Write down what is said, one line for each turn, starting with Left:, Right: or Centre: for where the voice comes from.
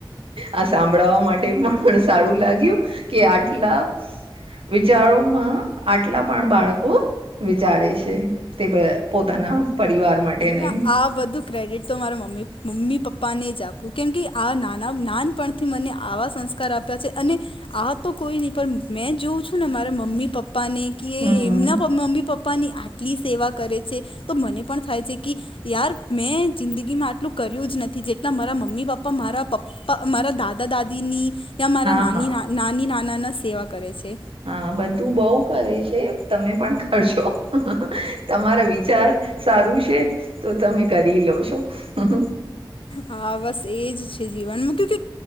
Right: આ સાંભળાવવા માટે પણ પણ સારું લાગ્યું કે આટલા. વિચારોમાં આટલા પણ બાળકો. ચડે છે તે પોતાના પરિવાર માટે અને.
Left: ના આ બધું ક્રેડિટ તો મારા મમ્મી મમ્મી પપ્પાને જ આપવું કેમ કે આ નાના નાન. પણથી મને આવા સંસ્કાર આપ્યા છે અને આ તો કોઈ નહી પણ મેં જોવું છું ને મારા મમ્મી પપ્પા. પપ્પાને કે
Right: હમ
Left: એમના મમ્મી પપ્પાની આટલી સેવા કરે છે તો મને પણ થાય છે કે. યાર મેં જિંદગીમાં આટલું કર્યું જ નથી જેટલા મારા મમ્મી પપ્પા મારા પપ્પા. પા. મારા દાદા-દાદીની યા મારા
Right: હા
Left: નાની,
Right: હા
Left: નાની - નાના ના સેવા કરે છે.
Right: હા બધું બોવ કરે છે. તમે પણ કરશો તમારા વિચાર સારું છે, તો તમે કરી લો છો. અ હ.
Left: હા બસ એજ છે જીવનમાં ક કે